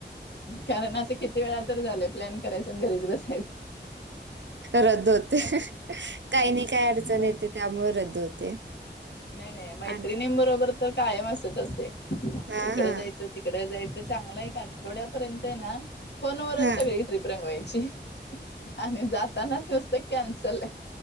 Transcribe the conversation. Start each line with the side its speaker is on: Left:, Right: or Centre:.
Left: कारण आधी.. किती वेळा तर झाय प्लॅन करायचय घरी बस
Right: रद्द होते, काही नाही काही अडचण
Left: मग
Right: येते त्यामुळे, रद्द होते.
Left: नाही नाही मैत्रिणीं
Right: आणि
Left: बरोबर तर कायम असच असते,
Right: हा
Left: इकडं
Right: हा
Left: जायचं तिकड जायचं. चांगलं एक आठवड्यापर्यंत आहे, ना फोनवरच
Right: हा
Left: सगळी ट्रिप रंगवायची, आणि जातानाच नसतं कीनसल,